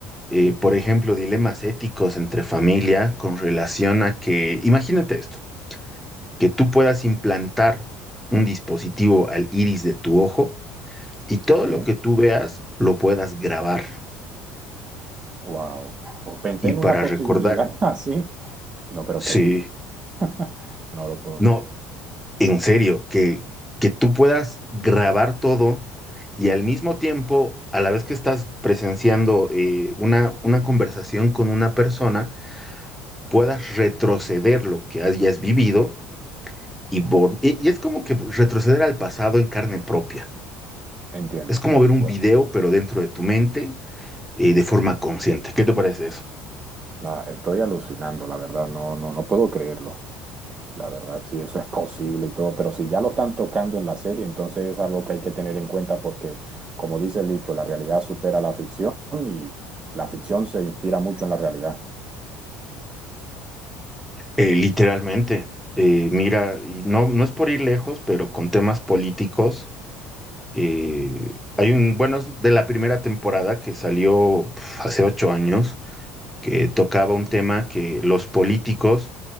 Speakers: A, in the centre; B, on the right (about 20°).
A: eh, por ejemplo, dilemas éticos entre familia con relación a que, imagínate esto, que tú puedas implantar un dispositivo al iris de tu ojo y todo
B: Sí,
A: lo que tú veas lo puedas grabar.
B: wow. Pensé
A: Y
B: en
A: para
B: una posibilidad
A: recordar,
B: <laughs> así, no, pero
A: sí,
B: creí. <laughs> No lo puedo
A: no,
B: creer.
A: en serio, que, que tú puedas grabar todo y al mismo tiempo, a la vez que estás presenciando eh, una, una conversación con una persona, puedas retroceder lo que hayas vivido y, vol- y y es como que retroceder al pasado en carne propia.
B: Entiendo.
A: Es como ver un
B: Wow.
A: video, pero dentro de tu mente eh, de forma consciente. ¿Qué te parece eso?
B: Nada, estoy alucinando, la verdad, no, no, no puedo creerlo. La verdad, sí, eso es posible y todo, pero si ya lo están tocando en la serie, entonces es algo que hay que tener en cuenta porque, como dice el dicho, la realidad supera la ficción y la ficción se inspira mucho en la realidad.
A: Eh, literalmente, eh, mira, y no, no es por ir lejos, pero con temas políticos, eh, hay un, bueno, es de la primera temporada que salió pf, hace ocho años, que tocaba un tema que los políticos